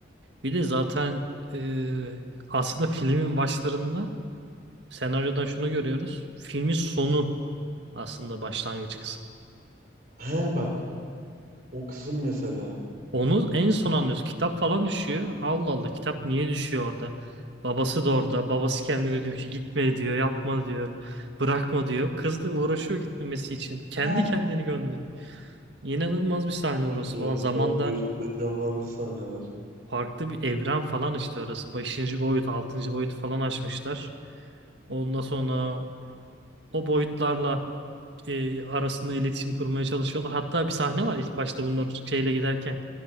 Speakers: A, on the right; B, on the right.
A: Bir de zaten e, aslında filmin başlarında senaryodan şunu görüyoruz. Filmin sonu aslında başlangıç kısmı.
B: He bak o kızım mesela.
A: Onu en son anlıyoruz. Kitap falan düşüyor. Allah Allah kitap niye düşüyor orada? Babası da orada. Babası kendine diyor ki gitme diyor, yapma diyor, bırakma diyor. Kız da uğraşıyor gitmemesi için. Kendi
B: Ne?
A: kendini gönderiyor. İnanılmaz bir sahne orası
B: Çok iyi
A: falan.
B: ya.
A: Zamanda
B: Şu an gözümde canlandı sahneler.
A: farklı bir evren falan işte orası. Beşinci boyut, altıncı boyut falan açmışlar. Ondan sonra o boyutlarla e, arasında iletişim kurmaya çalışıyorlar. Hatta bir sahne var ilk başta bunlar şeyle giderken.